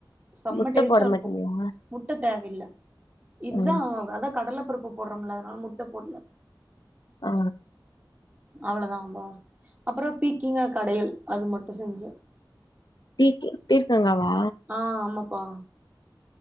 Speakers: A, on the right; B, on the left.
A: செம்ம
B: முட்ட
A: டேஸ்ட்டா
B: போட
A: இருக்கு
B: மாட்டீங்களா
A: முட்ட தேவயில்ல இதுதா
B: ஆ
A: அதா கடல பருப்பு போடுறோமல்ல அதனால முட்ட போடுல
B: அ
A: அவ்ளதாம்பா அப்றோ பீக்கிங்கா கடையல் அது மட்டு செஞ்ச
B: பீக் பீர்கங்காவா
A: ஆ ஆமாப்பா